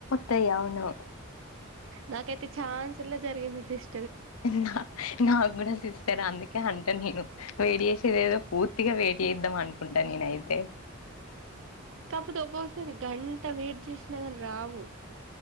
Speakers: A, on the left; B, on the right.
A: తయ్ అవును
B: నాకైతే ఛాన్స్ ఇట్ల జరిగింది సిస్
A: నా నాగూడా సిస్టర్ అందుకే అంటా నేను వేడి ఏసేదేదో పూర్ ర్తిగా వేట్ ఏద్దం అనుకుంటా నేనయితే
B: జూడు ఒక్కొసారి గంట వెయిట్ జేషినా గాని రావు